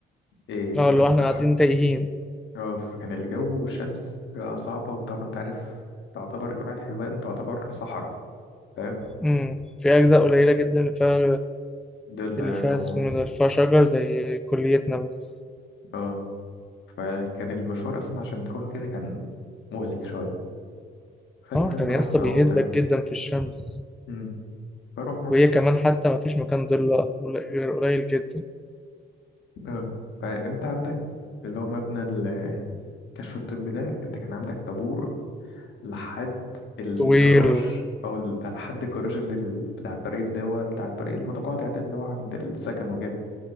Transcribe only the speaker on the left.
إيه
كانت
الصراحة
اه فكان الجو شمس صعبة وطبعا انت عارف تعتبر جامعة حلوان تعتبر صحراء فاهم
فضلة
يعني
و...
آه. فكان المشوار اصلا عشان تروح كده كان مهلك شويه فالمهم
رحنا
وبتاع
امم فروحنا
اه فانت عندك اللي هو مبنى ال- الكشف الطبي ده انت كان عندك طابور لحد الجراج
اه ال- ده لحد الجراج اللي ال- بتاع الطريق اللي هو بتاع الطريق المتقاطع ده اللي هو عند السكن وكده